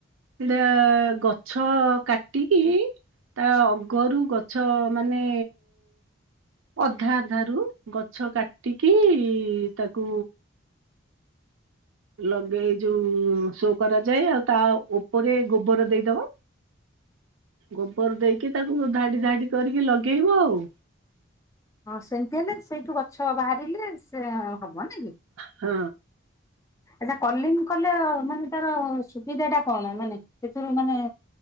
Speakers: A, on the right; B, on the left.
A: ଏଟା ଗଛ କାଟିକି ତା ଅଗରୁ ଗଛ ମାନେ ଅଧା ଅଧାରୁ ଗଛ କାଟିକି ତାକୁ ଲଗେଇ ଯୋଉ ସୋ କରାଯାଏ ଆଉ ତା ଉପରେ ଗୋବର ଦେଇଦବ। ଗୋବର ଦେଇକି ତାକୁ ଧାଡି ଧାଡି କରିକି ଲଗେଇବ ଆଉ।
B: ହଁ ସେମିତି ହେଲେ ସେଇଠୁ ଗଛ ବାହାରିଲେ ସେ ହବ ନାଇଁ କି?
A: ହଁ।
B: ଆଚ୍ଛା କଲିମ କଲେ ମାନେ ତାର ସୁବିଧା ଟା କଣ? ମାନେ ସେଥିରୁ ମାନେ